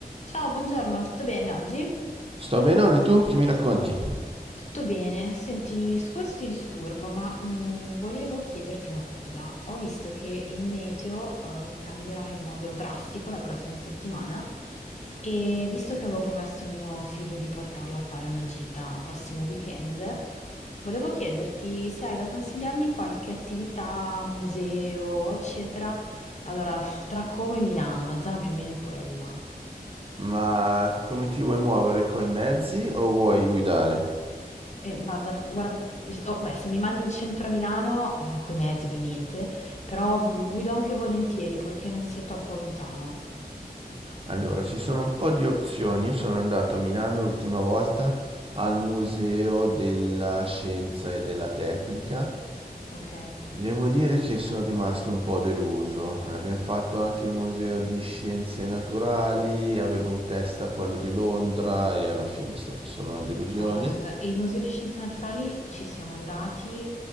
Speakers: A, on the left; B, on the right.
A: Ciao, buongiorno, tutto bene oggi?
B: Sto benone tu? Che mi racconti?
A: Tutto bene. Senti, scusa se ti disturbo, ma mm, volevo chiederti una cosa. Ho visto che il meteo eh, cambierà in modo drastico la prossima settimana e visto che avevo promesso a mio figlio di portarlo a fare una gita prossimo weekend, volevo chiederti se hai da consigliarmi qualche attività, museo, eccetera. Allora, f- tra Como e Milano, la zona più o meno è quella.
B: Ma come ti vuoi muovere coi mezzi o vuoi guidare?
A: Eh, guarda, guarda, oh, beh, se mi mandi in centro a Milano, eh, coi mezzi ovviamente, però v- guido anche volentieri perché non sia troppo lontano,
B: Allora, ci sono un po' di opzioni. Io sono andato a Milano l'ultima volta al Museo della Scienza e della Tecnica.
A: ok?
B: Devo dire che sono rimasto un po' deluso. Abbiamo fatto anche il Museo di Scienze Naturali, avevo in testa quello di Londra e alla fine è stata solo una delusione.
A: Ah, scusa, il Museo di Scienze Naturali ci siamo andati,